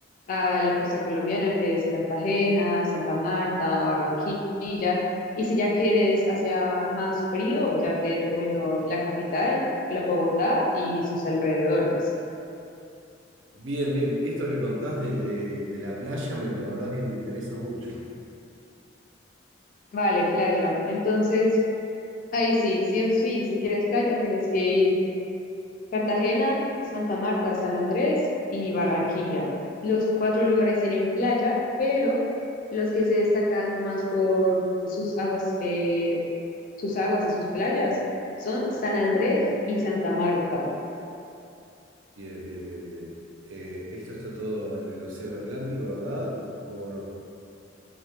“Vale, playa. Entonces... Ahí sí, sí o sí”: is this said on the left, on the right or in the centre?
Left